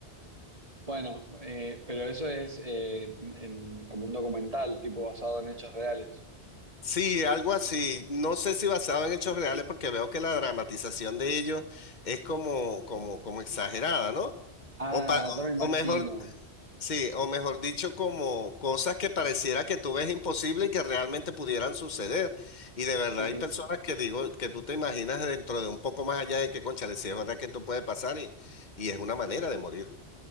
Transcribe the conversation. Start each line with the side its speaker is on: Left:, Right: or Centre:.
Right: Bueno, eh, pero eso es eh, en- en- como un documental, tipo basado en hechos reales.
Left: Sí, algo así. No sé si basado en hechos reales, porque veo que la dramatización de ellos es como, como, como exagerada, ¿no?
Right: Ah,
Left: O, pa- o
Right: ya me imagino.
Left: o mejor, sí, o mejor dicho, como cosas que pareciera que tú ves imposible y que realmente pudieran suceder. Y de verdad
Right: Sí,
Left: hay personas que digo que tú te imaginas dentro de un poco más allá de que, cónchale, si es verdad que esto puede pasar y, y es una manera de morir.